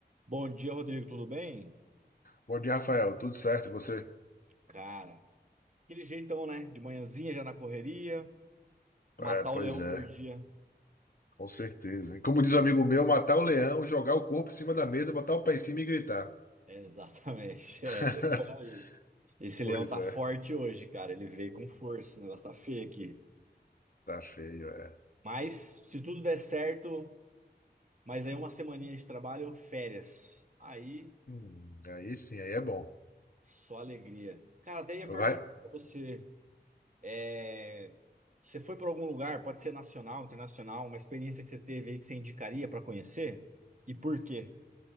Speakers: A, on the right (about 45°); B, on the left (about 55°).
A: Bom dia, Rodrigo, tudo bem?
B: Bom dia, Rafael. Tudo certo, e você?
A: Cara, aquele jeitão, né? De manhãzinha já na correria, matar
B: É, pois
A: o leão
B: é,
A: por dia. <laughs>
B: com certeza. E como diz um amigo meu, matar o leão, jogar o corpo em cima da mesa, botar o pé em cima e gritar.
A: É, exatamente,
B: <laughs>
A: é, bem por aí. Esse
B: Pois
A: leão tá
B: é,
A: forte hoje, cara, ele veio com força, o negócio tá feio aqui.
B: tá feio, é.
A: Mas, se tudo der certo, mas aí uma semaninha de trabalho, férias. Aí,
B: Hum, aí sim, aí é bom.
A: só alegria. Cara, daí ia perguntar
B: Vai.
A: pra você, é... Você foi para algum lugar, pode ser nacional, internacional, uma experiência que você teve aí que você indicaria pra conhecer? E por quê?